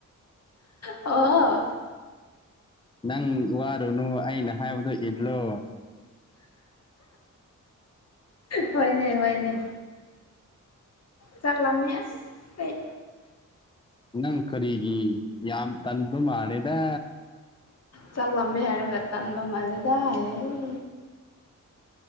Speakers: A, on the left; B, on the left.
A: ꯑꯣ
B: ꯅꯪ ꯋꯥꯔꯨꯅꯨ ꯑꯩꯅ ꯍꯥꯏꯕꯗꯣ ꯏꯜꯂꯣ
A: ꯍꯣꯏꯅꯦ ꯍꯣꯏꯅꯦ ꯆꯥꯛ ꯂꯥꯝꯅꯦ ꯑꯁ ꯑꯩ
B: ꯅꯪ ꯀꯔꯤꯒꯤ ꯌꯥꯝ ꯇꯟꯕ ꯃꯥꯜꯂꯦꯗ
A: ꯆꯥꯛꯂꯝꯃꯤꯃꯦ ꯍꯥꯏꯔ ꯌꯥꯝ ꯇꯟꯕ ꯃꯜꯂꯦꯗ ꯍꯥꯏꯌꯦ